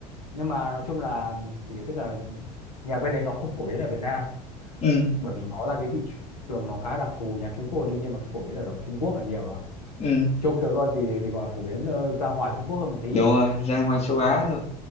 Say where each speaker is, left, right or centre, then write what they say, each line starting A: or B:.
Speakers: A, on the left; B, on the left.
A: nhưng mà nói chung là thì tức là nhạc bên đấy nó không phổ biến ở Việt Nam
B: ừ
A: bởi vì nó là cái thị trường nó khá đặc thù nhạc Trung Quốc đương nhiên nó thì phổ biến ở Trung Quốc là nhiều rồi
B: ừ
A: châu kiều luân thì thì gọi là phổ biến ờ, ra ngoài Trung Quốc hơn một tí
B: đúng rồi ra ngoài châu Á
A: Có
B: rồi